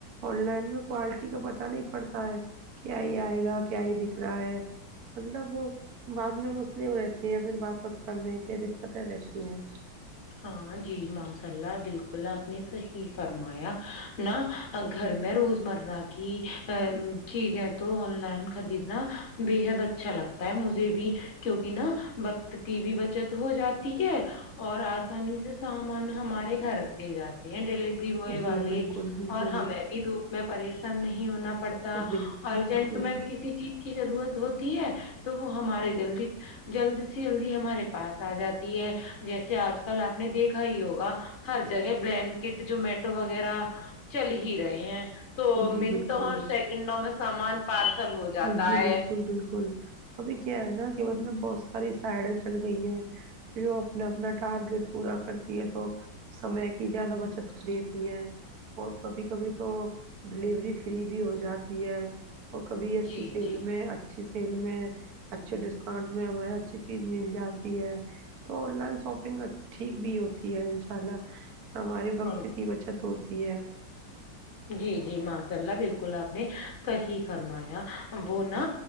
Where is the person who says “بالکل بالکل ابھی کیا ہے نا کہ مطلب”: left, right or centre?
Right